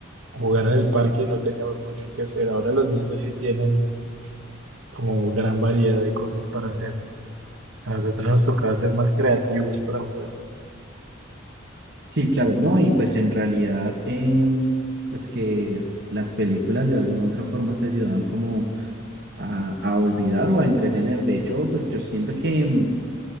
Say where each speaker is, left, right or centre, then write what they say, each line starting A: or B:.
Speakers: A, on the right; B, on the right.
A: jugar en el parque, no teníamos mucho que hacer. Ahora los niños sí tienen como gran variedad de cosas para hacer. A nosotros nos tocaba ser más creativos para jugar.
B: sí, claro, ¿no? Y pues en realidad, em, pues que las películas de alguna u otra forma te ayudaban como a, a olvidar o a entretener. De hecho, pues yo siento que mm,